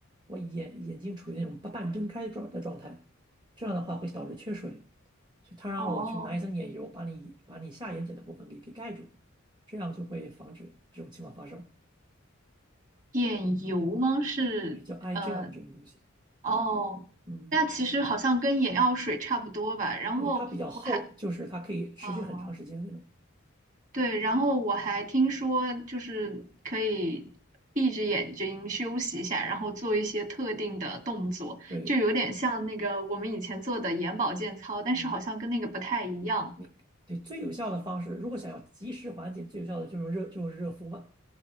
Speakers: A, on the right; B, on the right.
A: 我眼眼睛处于那种半半睁开的状的状态，这样的话会导致缺水，所以他让我去拿一层眼油把你把你下眼睑的部分给给盖住，
B: 哦，
A: 这样就会防止这种情况发生，
B: 眼油吗？是呃
A: 也叫 eye gel 这种东西。
B: 哦，
A: 嗯，
B: 那其实好像跟眼药水差不多吧。然后我还
A: 对，它比较厚，就是它可以持续很长时间那种。
B: 哦对，然后我还听说就是可以闭着眼睛休息一下，然后做一些特定的动作，
A: 对，
B: 就有点像那个我们以前做的眼保健操，但是好像跟那个不太一样。
A: 嗯，你对最有效的方式，如果想要及时缓解，最有效的就是热就是热敷吧，